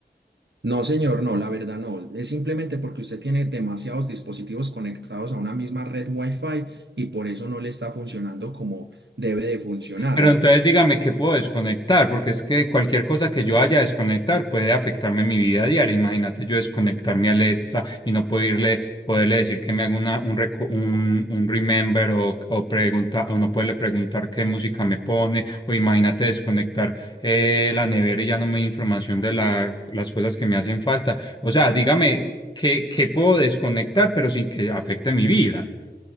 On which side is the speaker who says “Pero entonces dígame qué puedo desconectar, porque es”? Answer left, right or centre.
Left